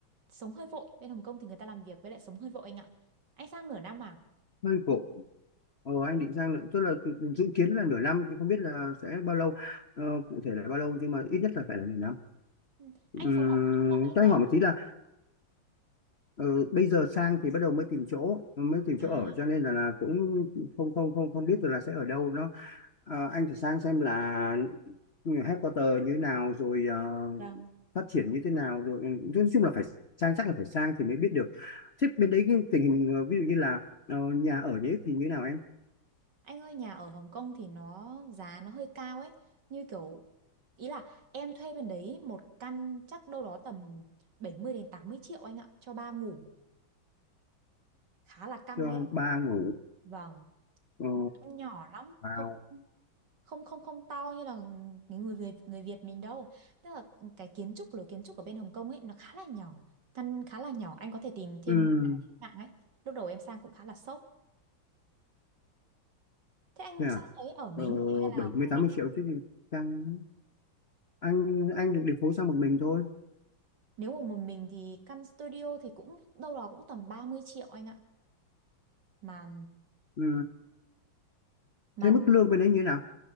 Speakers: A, on the right; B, on the left.
A: sống hơi vội. Bên Hồng Kông thì người ta làm việc với lại sống hơi vội anh ạ. Anh sang nửa năm à?
B: hơi vội ờ, anh định sang nữa tức là dự kiến là nửa năm thì không biết là sẽ bao lâu ờ, cụ thể là bao lâu nhưng mà ít nhất là phải là nửa năm
A: Ừ.
B: Ừm,
A: Anh sống ở khu trung tâm hay
B: cho anh
A: sao?
B: hỏi một tí là ờ, bây giờ sang thì bắt đầu mới tìm chỗ mới tìm
A: À,
B: chỗ ở cho nên là, là cũng không không không không biết được là sẽ ở đâu nó. Ờ, anh thử sang xem là headquarter như thế nào rồi ờ,
A: vâng.
B: phát triển như thế nào rồi ừ, nói chung là phải sang chắc là phải sang thì mới biết được. Thế bên đấy cái tình hình ờ, ví dụ như là ờ, nhà ở nhé thì như thế nào em?
A: Anh ơi, nhà ở Hồng Kông thì nó giá nó hơi cao ấy, như kiểu ý là em thuê bên đấy một căn chắc đâu đó tầm 70 đến 80 triệu anh ạ, cho ba ngủ, khá là căng
B: Cho
A: đấy.
B: ba ngủ
A: Vâng,
B: ờ,
A: nhỏ lắm,
B: vào
A: không không không không to như là những người Việt, người Việt mình đâu tức là cái kiến trúc lối kiến trúc ở bên Hồng Kông ấy nó khá là nhỏ căn khá là nhỏ anh có thể tìm thêm
B: ừ,
A: trên mạng ấy lúc đầu em sang cũng khá là sốc thế anh
B: thế à?
A: sang đấy ở mấy
B: Ờ,
A: người hay
B: bảy
A: là
B: mươi
A: cũng
B: tám
A: mình
B: mươi triệu chứ gì sang anh anh được điều phối sang một mình thôi.
A: nếu mà một mình thì căn studio thì cũng đâu đó cũng tầm 30 triệu anh ạ mà
B: Ừ,
A: mà
B: thế mức lương bên đấy như thế nào?